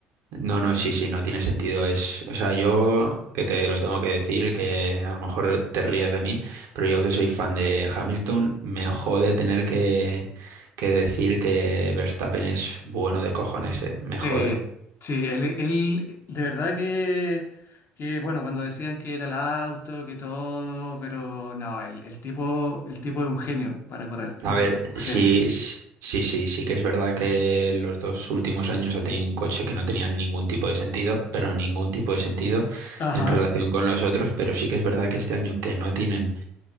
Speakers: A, on the right; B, on the left.
A: no, no, sí, sí, no tiene sentido. Es, o sea, yo que te lo tengo que decir, que a lo mejor te ríes de mí, pero yo que soy fan de Hamilton, me jode tener que, que decir que Verstappen es bueno de cojones, eh, me
B: Sí,
A: jode.
B: sí, él, él- de verdad que, que, bueno, cuando decían que era el auto, que todo, pero no, el, el tipo, el tipo es un genio para correr,
A: A
B: es
A: ver,
B: un genio.
A: sí, s- sí, sí, sí que es verdad que los dos últimos años ha tenido un coche que no tenía ningún tipo de sentido, pero ningún tipo de sentido
B: Ajá,
A: en relación con los otros, pero sí que es verdad que este año que no tienen,